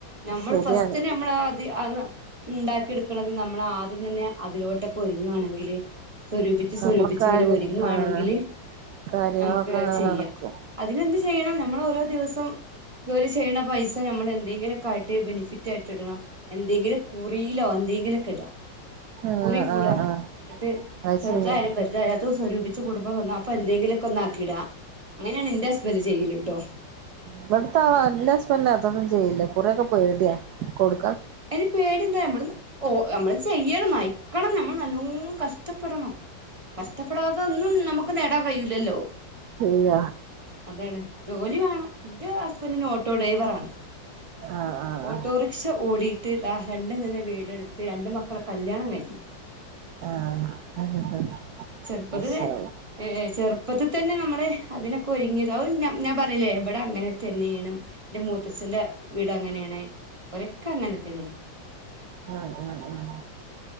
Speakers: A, on the right; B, on the right.
A: നമ്മള്
B: ശരിയാണ്
A: ഫസ്റ്റ് നമ്മള് അത്. ആണ് ഉണ്ടാക്കി എടുക്കണത് നമ്മള് ആദ്യം തന്നെ അതിലോട്ടൊക്കെ ഒരുങ്ങുകയാണെങ്കില്. ഒരൂപിച്ച് സ്വരൂപിച്ച്
B: നമ്മൾക്കാര്
A: ഇങ്ങനെ ഒരുങ്ങുവാണെങ്കില്.
B: ആഹ് കാര്യങ്ങളൊക്കെ
A: നമുക്ക്
B: അങ്ങനെ
A: ചെയ്യാം
B: നടക്കും
A: അതിനെന്ത് ചെയ്യണം നമ്മൾ ഓരോ ദിവസം. ജോലി ചെയ്യണ പൈസ നമ്മൾ എന്തെങ്കിലുമൊക്കെ ആയിട്ട് ബെനിഫിറ്റ് ആയിട്ട് ഇടണം. എന്തെങ്കിലും കുറിയിലോ എന്തെങ്കിലൊക്കെടാ.
B: ആഹ്
A: കുറി കൂടാ
B: ആഹ് ആഹ്
A: എന്നിട്ട്
B: അത്
A: ചെറുതായാലും
B: ശരിയാ
A: വലുതായും അത് സ്വരൂപിച്ച് കൂടുമ്പോ തന്നെ അപ്പൊ എന്തെ എന്തിനൊക്കെ ഒന്നാക്കിടാ അങ്ങനെയാണ് ഇന്റെ ഹസ്ബൻഡ് ചെയ്യലിട്ടോ.
B: ഇവിടത്തെ എന്റെ ഹുസ്ബൻഡ് അതൊന്നും ചെയ്യില്ല കുറിയൊക്കെ പേടിയാ കൊടു
A: എന്ന പേടിയെന്താ നമ്മള് നമ്മള് ചെയ്യണം നയിക്കണം നമ്മൾ നല്ലോ അങ്ങ് കഷ്ടപ്പെടണം കഷ്ടപ്പെടാതെ ഒന്നും നമുക്ക് നേടാൻ. കഴയില്ലല്ലോ
B: ഇല്ല
A: അതാണ് ജോലി വേണം. എന്റെ ഹസ്ബന്റിന് ഓട്ടോ ഡ്രൈവറാണ്
B: ആഹ് ആഹ്
A: ഓട്ടോറിക്ഷ ഓടിക്കുന്നു. രണ്ടുനില വീടെടുത്ത് രണ്ട് മക്കളെ കല്യാണം കഴിഞ്ഞു.
B: ആഹ് ആഹ് ആഹ്
A: ചെറുപ്പത്തിയിലെ
B: ആഹ്
A: ഏഹ് ചെറുപ്പത്തെ. ത്തെ തന്നെ നമ്മടെ അതിനൊക്കെ ഒരുങ്ങിയത് ഞാൻ പറയില്ലേ ഇവിടെ അങ്ങനെ തന്നെ ചെയ്യണം ബു ത്തസിന്റെ വീട് അങ്ങനെയാണ് ഒരൊക്കെ അങ്ങനെ. തന്നെ
B: ഉം ഉം ഉം